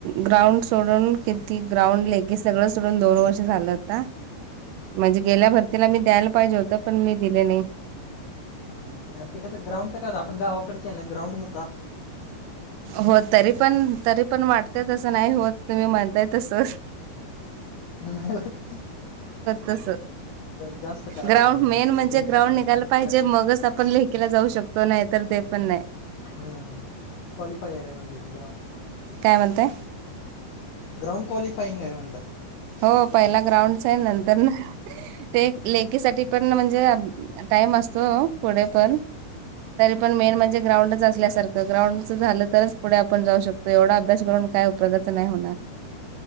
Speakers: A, on the right; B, on the left.
A: ग्राउंड सोडून किती ग्राउंड लेखी सगळं सोडून दोन वर्ष झालं आता म्हणजे गेल्या भरतीला मी द्यायला पाहिजे होतं पण मी दिले नायी.
B: हं आणि ते कसं ग्राउंडच काय होता आपण गावाकडचयें ना ग्रउंड हो
A: हों तरी पण तरी पण वाट ते तसं नाय होत तुम्ही म्हणताय तसं.
B: नाही होतं.
A: तस,
B: जास्त करावं
A: ग्राउंड
B: लागेल मग
A: मेन म्हणजे
B: दोन
A: ग्राउंड
B: चार महिना
A: निघायला
B: आधीच
A: पाहिजे,
B: प्रॅक्टिस
A: मगच आपण ले खीला जाऊ शकतो, नाही तर ते पण नाय.
B: हुं क्वालिफायरयं म्हणजे ते ग्राउंड.
A: काय म्हणतायं?
B: ग्राउंड काॅलिफाइगंयं म्हणलं.
A: हो, पहिला ग्राउंडच आहे, नंतरन ते लेकीसाठी पण म्हणजे, आ टाईम असतो पुढे पण तरी पण मेन म्हणजे, ग्राउंडच असल्यासारखं, ग्राउंडच झालं तरच पुढे आपण जाऊ शकतोय, एवढा अभ्यास करून काय उपयोगचं नाही होणार.